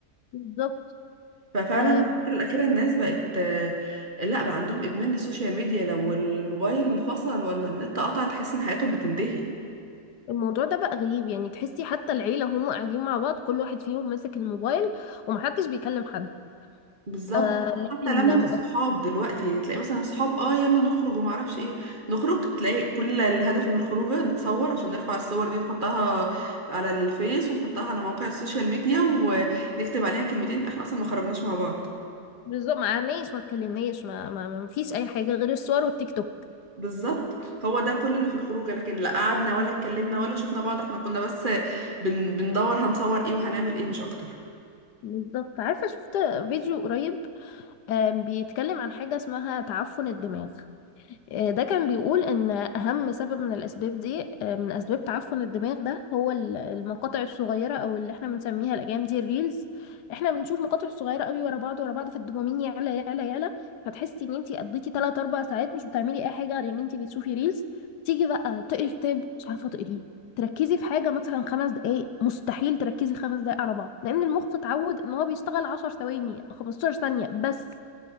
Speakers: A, on the left (about 80°); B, on the right (about 30°).
A: بالظبط
B: ففعلا
A: آه
B: الفترة الأخيرة الناس بقت آه، لا بقى عندهم إدمان للسوشيال ميديا لو الموبايل فصل ولا النت قطع تحس إن حياتهم بتنتهي
A: الموضوع ده بقى غريب يعني تحسي حتى العيلة هم قاعدين مع بعض كل واحد فيهم ماسك الموبايل ومحدش بيكلم حد
B: بالظبط
A: آه لكن
B: حتى لمة
A: مؤخرا
B: الصحاب دلوقتي يعني تلاقي مثلا صحاب اه يلا نخرج وما اعرفش ايه نخرج تلاقي كل الهدف من الخروجه نتصور عشان نرفع الصور دي نحطها على الفيس ونحطها على مواقع السوشيال ميديا ونكتب عليها كلمتين احنا اصلا ما خرجناش مع بعض
A: بالظبط ما قعدناش ما اتكلمناش ما, ما, ما فيش اي حاجه غير الصور والتيك توك
B: بالظبط هو ده كل اللي في الخروجه لكن لا قعدنا ولا اتكلمنا ولا شفنا بعض احنا كنا بس بن... بندور هنصور ايه وهنعمل ايه مش اكتر
A: بالظبط عارفه شفت فيديو قريب آم، بيتكلم عن حاجه اسمها تعفن الدماغ آه، ده كان بيقول ان اهم سبب من الاسباب دي آه، من اسباب تعفن الدماغ ده هو ال- المقاطع الصغيره او اللي احنا بنسميها الايام دي الريلز احنا بنشوف مقاطع صغيره قوي ورا بعض ورا بعض فالدوبامين يعلى يعلى يعلى فتحسي ان انتي قضيتي 3 4 ساعات مش بتعملي اي حاجه غير ان انتي بتشوفي ريلز تيجي بقى تقري كتاب مش عارفه تقريه تركزي في حاجه مثلا خمس دقائق مستحيل تركزي خمس دقائق على بعض لان المخ اتعود ان هو بيشتغل 10 ثواني 15 ثانيه بس